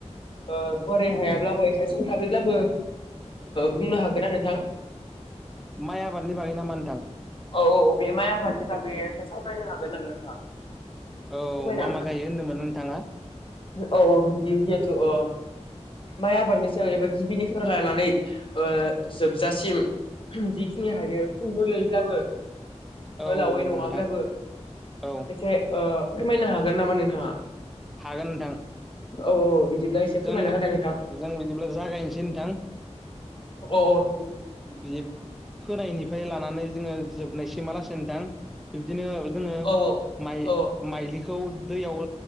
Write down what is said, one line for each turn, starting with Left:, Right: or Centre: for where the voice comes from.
Left: ओ गुवारै हायाब्लाबो एसे सुंथाथाबैब्लाबो बुंनो हागोनना नोंथां।
Centre: माइ आबादनि बागै नामा नोंथां।
Left: औ औ बे माइ आबादनि बागै सावरायनो हागोन नामा नोंथाङा।
Centre: औ
Left: फोरमायनो
Centre: मा
Left: हागोन
Centre: मा
Left: नामा
Centre: गायो होनदोंमोन नोंथाङा
Left: औ ओ बिदि अ। माइ आबादनि सायाव एबा गिबिनिफ्राय लानानै ओ जोबजासिम जिखिनि हायो सुंद'यै। ब्लाबो
Centre: औ
Left: गोलावै
Centre: औ
Left: नङाब्लाबो
Centre: नोंथां औ
Left: एसे ओ फोरमायनो हागोन नामा नोंथाङा?
Centre: हागोन नोंथां।
Left: औ बिदिब्ला एसे फोरमायना
Centre: जों
Left: होलाय नोंथां।
Centre: जों बिदिब्ला जागायनोसै नोंथां
Left: अअ
Centre: बि फोनायनिफ्राय लानानै जोङो जोबनायसै लासे नोंथां बिब्दिनो जोङो
Left: औ औ
Centre: माइ
Left: औ
Centre: माइलि बेखौ दैयाव